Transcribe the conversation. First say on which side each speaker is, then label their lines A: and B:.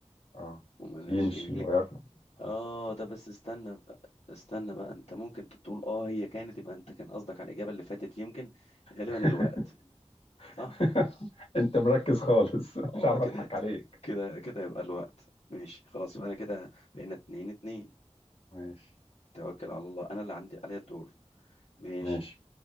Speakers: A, on the left; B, on the left.
A: اه
B: وملهاش
A: يمشي
B: رجلين
A: ويقف
B: اه
A: اه
B: ده بس استنى بقى استنى بقى انت ممكن تقول اه هي كانت يبقى انت كان قصدك على الإجابة اللي فاتت يمكن غالبا
A: <laughs>
B: الوقت صح
A: <laughs> انت مركز خالص <laughs>
B: اه
A: مش عارف
B: كده
A: اضحك عليك
B: كده كده يبقى الوقت ماشي خلاص يبقى انا كده بقينا اتنين اتنين
A: ماشي
B: توكل على الله انا اللي عندي عليا الدور ماشي
A: ماشي